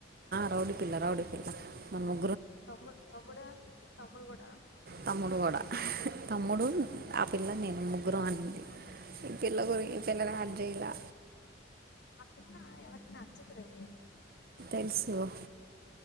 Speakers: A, on the right (about 50°); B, on the left (about 60°).
A: రౌడి పిల్ల రౌడి పిల్ల మనగ
B: తమ్ము తమ్ముడా తమ్ముడు కూడాడా
A: తమ్ముడు కూడా తమ్ముడు ఆ పిల్ల నేను ముగ్గురు అనింది ఈ పిల్ల గురి ఈ పిల్లగా క్రేలా
B: అ పిలా ఎవరికి నా అచ్చద్రే
A: తెలుసుకో